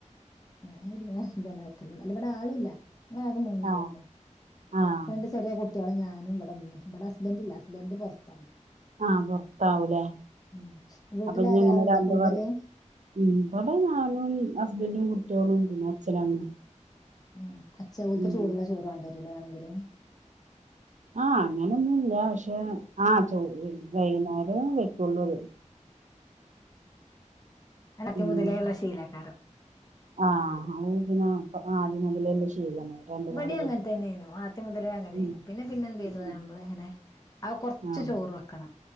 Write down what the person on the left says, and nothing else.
ഞാനൊരു നേരം തന്നെ വെക്കലുള്ള അല്ല ഇവിടെ ആളുല്ല ഇവടാകെ മൂന്നാളുള്ളൂ
രണ്ട് ചെറിയ കു ട്ടികളും ഞാനും ഇവിടെ ഉമ്മയും ഇവിടെ ഹസ്ബൻ്റില്ല ഹസ്ബൻ്റ് പുറത്താണ്
ഉം വീട്ടിലാരാളുണ്ടോ
കൂടുതല്
ആഹ് അച്ചൻ ഓൽക്ക്
ചൂടുള്ള ചോറ് വേണ്ടി വരുല്ലേ വേണെങ്കില്
<unintelligible>
മുതലേയുള്ള ശീലക്കാരം
ഇബടി
അങ്ങനെ
തന്നെയിനു ആദ്യം മുതലേ അങ്ങനെയ്നു
പിന്നെ പിന്നെ എന്ത്തു ചെയ്തു
നമ്മള് ഇങ്ങനെ അത് കൊറച്ച്
ചോറ് വെക്കണം